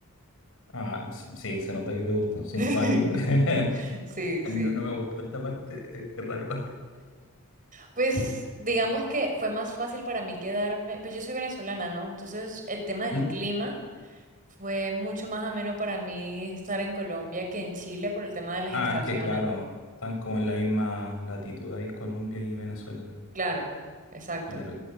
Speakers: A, on the left; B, on the right.
A: Ah, s- sí, se nota que te gustó. Cinco
B: <laughs>
A: años. <laughs>
B: Sí, sí.
A: No, no me gustó esta parte, es que es raro.
B: Pues digamos que fue más fácil para mí quedarme, pues yo soy venezolana, ¿no? Entonces el tema del
A: ¿Mm?
B: clima fue mucho más ameno para mí estar en Colombia que en Chile por el tema de las
A: Ah,
B: estaciones.
A: es que claro, están como en la misma latitud ahí Colombia y Venezuela.
B: Claro, exacto.
A: Claro,